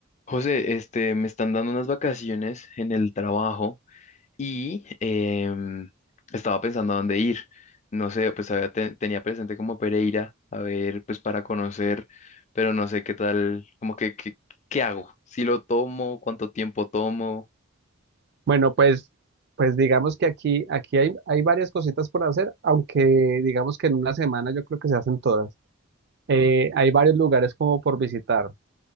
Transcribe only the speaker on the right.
Bueno, pues, pues digamos que aquí, aquí hay, hay varias cositas por hacer, aunque digamos que en una semana yo creo que se hacen todas. Eh, hay varios lugares como por visitar,